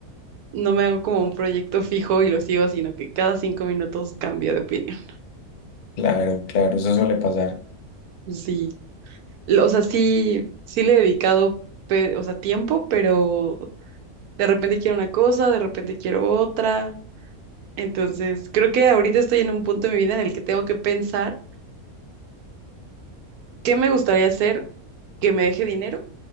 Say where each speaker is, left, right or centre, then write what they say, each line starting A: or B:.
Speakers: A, on the right; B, on the left.
A: no me hago como un proyecto fijo y lo sigo, sino que cada cinco minutos cambio de opinión.
B: Claro, claro, eso suele pasar.
A: Sí. O sea, sí, sí le he dedicado, pe- o sea, tiempo, pero de repente quiero una cosa, de repente quiero otra. Entonces, creo que ahorita estoy en un punto de mi vida en el que tengo que pensar qué me gustaría hacer que me deje dinero